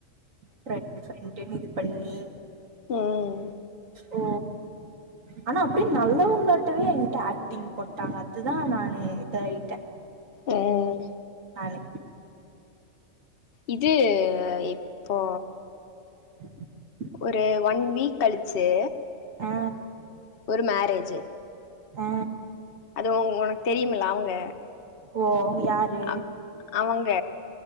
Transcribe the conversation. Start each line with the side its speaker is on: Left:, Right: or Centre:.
Right: பிரென்ட்டா சொல்ட்டேனு இது பண்ணி <inaudible>
Left: உஹ்ம்
Right: ஓ ஆனா அப்படியே நல்லவங்கங்களட்டவே எங்கிட்ட ஆக்டிங் போட்டாங்க அதுதா நானு இதா ஆயிட்டே
Left: ம்
Right: நானு
Left: இது இப்போ
Right: ம்
Left: ஒரு ஒன் வீக் கழிச்சு
Right: ஆ
Left: ஒரு மேரேஜ்
Right: ஆ
Left: அது உனக்கு தெரியமல்ல அவங்க
Right: ஓ யாரு
Left: அ அவங்க